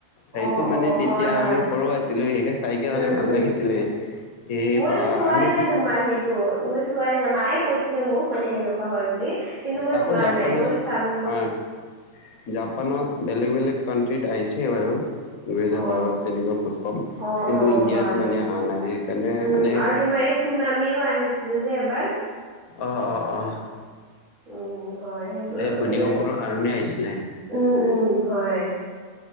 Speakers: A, on the left; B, on the right.
A: সেইটো
B: অ', অ',
A: মানে তেতিয়া
B: হয় হয়
A: আমি সৰু আছিলো শিক আছে। চাইকেলে
B: উম,
A: ভাল
B: উম।
A: লাগিছিলে এ
B: মইতো
A: বা
B: চোৱাই
A: আমি
B: নাই তোমাৰ সেইটো মই চোৱাই নাই মায়ে কৈছিলে মোক, মানে সেনেকুৱা হয় বুলি কিন্তু মই
A: তাকো
B: চোৱা
A: জাপানত
B: নাই মই চাব ম
A: অ', জাপানত বেলেগ বেলেগ কানট্ৰিত আহিছে বাৰু! দুহেজাৰ
B: অ
A: বাৰত তেনেকুৱা ভুল কম
B: অ
A: কিন্তু
B: অ
A: ইণ্ডিয়াত
B: হয়
A: মানে হা নাই সেইকাৰণে
B: উম
A: মানে
B: আৰু তোমাৰ এই চুনামিও আহিছিল যে এবাৰ।
A: অ অ অ।
B: উম হয় সেইবোৰ
A: এই
B: মানে
A: ভূমিকম্পৰ কাৰণেই আহিছিলে।
B: উম উম হয়